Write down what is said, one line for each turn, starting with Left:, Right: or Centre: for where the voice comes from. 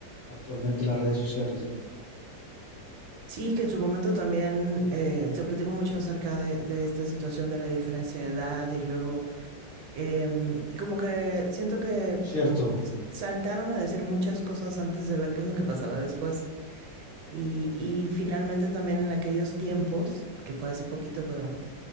Left: actualmente en las redes sociales.
Right: Sí, que en su momento también eh, se platicó mucho acerca de, de esta situación de la diferencia de edad y luego em, como que siento que
Left: Cierto.
Right: s- saltaron a decir muchas cosas antes de ver qué es lo que pasaba después. Y, y finalmente también en aquellos tiempos, que fue hace poquito, pero,